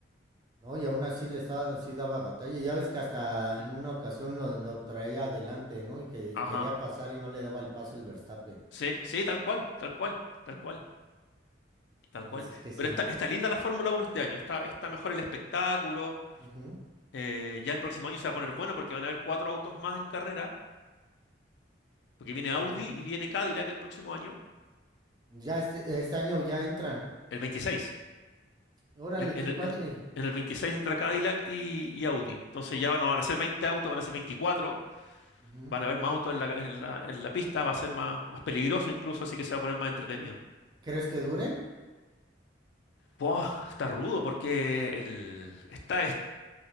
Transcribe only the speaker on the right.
No, y aún así le estaba, sí daba batalla. Ya ves que hasta
en una ocasión lo, lo traía adelante, ¿no? Y que
quería pasar y no le daba el paso el Verstappen.
Ujú.
Ah,
sí, es que sí.
Ujú.
Órale.
Ya este, este año ya entran.
Órale,
qué
padre.
Ujú.
¿Crees que duren?